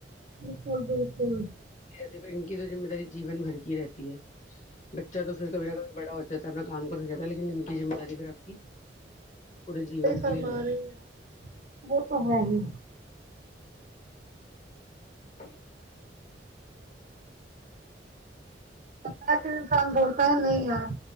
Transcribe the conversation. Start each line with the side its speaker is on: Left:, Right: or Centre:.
Right: بالکل بالکل
Left: سے پھر ان کی تو ذمہ داری جیون بھر کی رہتی ہے بچہ تو پھر کبھی نہ کبھی بڑا ہو جاتا ہے اپنا کام کر ہو جاتا ہے لیکن انن کی ذمہ داری اگر آپ کی پورے جیون کے
Right: فرما
Left: لیے رہتی
Right: رہی ہے وہ تو ہے ہی
Left: ہ
Right: پ انسان بولتا ہے نہیں یار